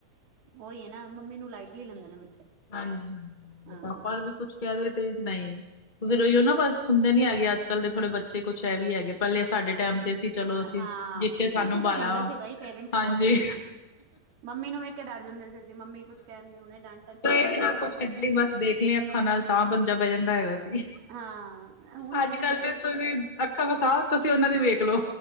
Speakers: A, on the right; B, on the left.
A: ਓਈ ਏ ਨਾ, ਮੰਮੀ ਨੂੰ ਲਾਈਟਲੀ ਲੈਂਦੇ ਨੇ ਬੱਚੇ
B: ਹਾਂਜੀ,
A: ਹਾਂ
B: <unintelligible> ਵੀ ਕੁੱਛ ਕੈ ਦੇਵੇ ਤੇ ਨਈ ਫੇਰ ਓਈਓ ਨਾ ਬਾੱਸ ਸੁਨਦੇ ਨੀ ਹੈਗੇ ਆੱਜ-ਕਾੱਲ ਦੇ ਥੋੜੇ ਬੱਚੇ ਕੁੱਛ ਐ ਵੀ ਹੈਗੇ। ਪੈਲੇ ਸਾਡੇ ਟੈਮ ਤੇ ਸੀ ਚਲੋ ਅਸੀ
A: ਹਾਂ
B: ਜਿੱਥੇ ਸਾਨੂੰ
A: ਅਸੀਂ ਤਾਂ
B: ਬਾਯਾ,
A: ਸੁਣਦੇ ਸੀ ਬਾਈ ਪੇਰੈਂਟਸ
B: ਹਾਂਜੀ।
A: ਬਹੁਤ ਡਰਦੇ ਸੀ ਮੰਮੀ ਨੂੰ ਵੇਖ ਕੇ ਡਾਰ ਜਾਂਦੇ ਅਸੀ ਮੰਮੀ ਕੁੱਛ ਕੈਨਗੇ ਹੁਣੇ ਡਾਂ
B: ਤੇ ਏਵੀ ਨਾ ਕੁੱਛ <unintelligible> ਬਾੱਸ ਦੇਖ ਲੀ ਅੱਖਾਂ ਨਾਲ ਤਾਂ ਬੰਜਾ ਬੈ ਜਾਂਦਾ ਹੈਗਾ ਸੀ।
A: ਹਾਂ ਹੁਣ ਨਹੀਂ
B: ਆੱਜ-ਕਾੱਲ ਤੇ ਤੁਸੀ ਅੱਖਾਂ ਵਖਾਓ ਤੁਸੀ ਓਨਾ ਦੀ ਵੇਖ ਲੋ।